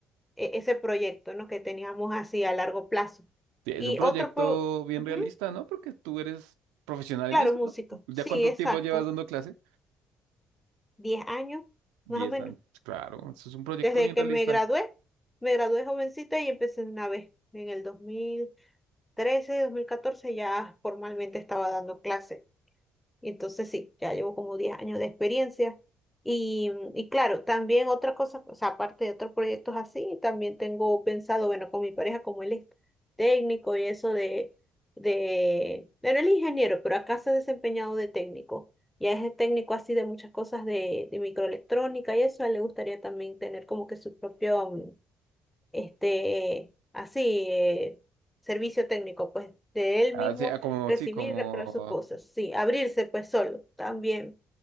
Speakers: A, in the centre; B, on the right.
A: e- ese proyecto, ¿no? Que teníamos así a largo plazo.
B: Sí, Es
A: Y
B: un proyecto
A: otro, pro-
B: bien
A: ujú,
B: realista, ¿no? Porque tú eres profesional
A: claro,
B: en eso,
A: músico,
B: ¿no? ¿Ya
A: sí,
B: cuánto
A: exacto,
B: tiempo llevas dando clase?
A: 10 años,
B: Diez
A: más o menos.
B: años. pues, Claro, eso es un proyecto
A: Desde
B: bien
A: que
B: realista.
A: me gradué, me gradué jovencita y empecé de una vez. En el dos dos mil trece, dos mil catorce ya formalmente estaba dando clases. Y entonces sí, ya llevo como 10 años de experiencia. Y, y claro, también otra cosa, o sea, aparte de otros proyectos así, también tengo pensado, bueno, con mi pareja, como él es técnico y eso de, de, bueno, él es ingeniero, pero acá se ha desempeñado de técnico. Ya es el técnico así de muchas cosas de, de microelectrónica y eso, a él le gustaría también tener como que su propio mm, este, así, eh, servicio técnico, pues de él
B: Ah,
A: mismo
B: o sea, como,
A: recibir
B: sí, como...
A: y reparar sus cosas, sí, abrirse pues solo, también,